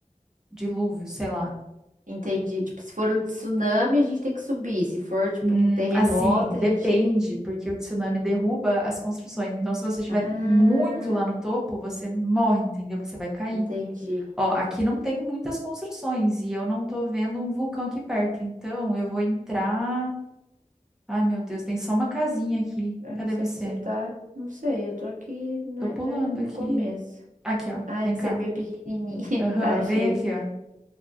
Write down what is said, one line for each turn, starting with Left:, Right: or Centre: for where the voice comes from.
Centre: dilúvio, sei lá.
Right: Entendi. Tipo, se for um tsunami, a gente tem que subir. Se for, tipo,
Centre: Hum,
Right: um terremoto,
Centre: assim,
Right: a
Centre: depende,
Right: gente.
Centre: porque o tsunami derruba as construções. Então, se você estiver
Right: Ah,
Centre: muito lá no topo, você morre, entendeu? Porque você vai cair.
Right: entendi.
Centre: Ó, aqui não tem muitas construções e eu não tô vendo um vulcão aqui perto. Então, eu vou entrar. Ai, meu Deus, tem só uma casinha aqui.
Right: Eu
Centre: Cadê
Right: não sei
Centre: você?
Right: onde você tá. Não sei, eu tô aqui no,
Centre: Tô pulando
Right: né, no
Centre: aqui.
Right: começo.
Centre: Aqui, ó.
Right: Ah,
Centre: Vem
Right: é que
Centre: cá.
Right: você é meio pequenininha. <laughs>
Centre: Aham,
Right: Tá, achei.
Centre: vem aqui, ó.